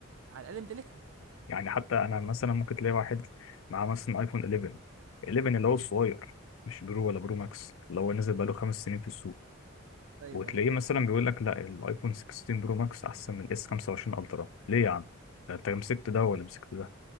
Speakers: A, on the right; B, on the left.
A: على الاقل امتلكها
B: يعني حتى انا مثلا ممكن تلاقي واحد معاه مثلا ايفون 11 11 اللي هو الصغير مش برو ولا برو ماكس اللي هو نزل بقاله خمس سنين في السوق
A: ايوه
B: وتلاقيه
A: ايوه
B: مثلا بيقول لك لا الايفون 16 برو ماكس احسن من الاس 25 الترا ليه يا عم ده انت مسكت ده ولا مسكت ده